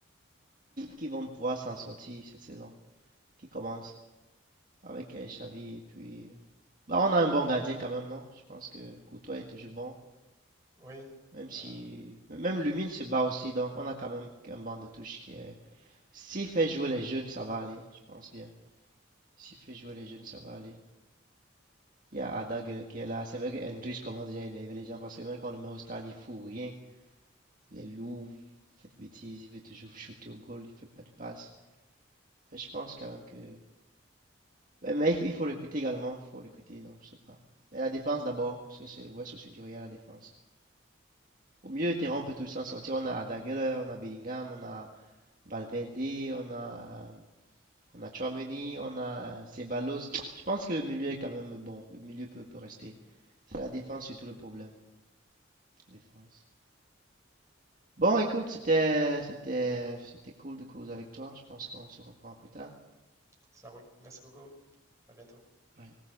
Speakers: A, on the right (about 40°); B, on the right (about 15°).
A: qu'ils vont pouvoir s'en sortir cette saison qui commence avec euh, Xavi. Et puis, bah, on a un bon gardien quand même, non? Je pense que Courtois est toujours bon.
B: Oui,
A: Même si,
B: euh,
A: même Lumine se bat aussi. Donc, on a quand même un banc de touche qui est. S'il fait jouer les jeunes, ça va aller. Je pense bien. S'il fait jouer les jeunes, ça va aller. Il y a Ada qui est là. C'est vrai que Hendrich commence déjà à énerver les gens parce que même quand on le met au stade, il ne fout rien. Il est lourd, il fait des bêtises, il veut toujours shooter au goal, il ne fait pas de passe. Mais je pense quand même que. Mais, il faut, il faut recruter également, il faut recruter, donc je sais pas. Mais la défense d'abord, parce que c'est le vrai souci du Real, la défense. Au milieu de terrain, on peut tous s'en sortir. On a Arda Güler, on a Bellingham, on a Valverde, on a, on a Tchouaméni, on a Ceballos. Je pense que le milieu est quand même bon. Le milieu peut, peut rester. C'est la défense surtout le problème. Défense. Bon, écoute, c'était, c'était, c'était cool de cause avec toi. Je pense qu'on se reprend plus tard.
B: ça roule. Merci beaucoup. À bientôt.
A: Ouais.